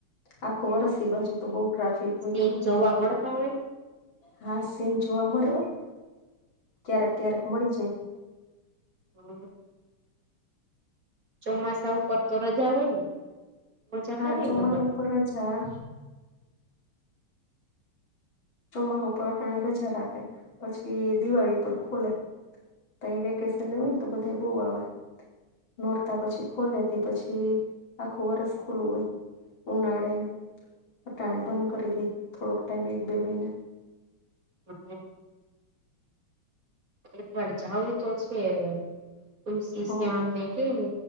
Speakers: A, on the left (about 60°); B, on the right (about 40°).
A: આખો વર્ષની બાજુ તો બહુ ટ્રાફિક હોય.
B: સિંહ જોવા મળતા હોય.
A: હા, સિંગ જોવા મળ્યો હા ક્યારેક ક્યારેક મળી જાય.
B: હા. ચોમાસા આ ઊપરતો રજા હોય ને? મજા
A: હા,
B: કરે
A: ચોમામાં
B: ને અંદર
A: ઉપર રજા. ચોમા ઉપર તૈયા રજા રાખે પછી દિવાળી ઉપર ખોલે. તૈયા વેકે શન હોય ને તો બધા બહુ આવે નોરતા પછી ખોલે તે પછી આખું વરસ ખુલ્લું હોય ઉનાળેને. અટાણે બંધ કરી દે થોડોક ટાઈમ એક બે મહિના.
B: હ અહ. એક વાર જવું તો છે તુલસી
A: હ
B: શ્યામને કે ને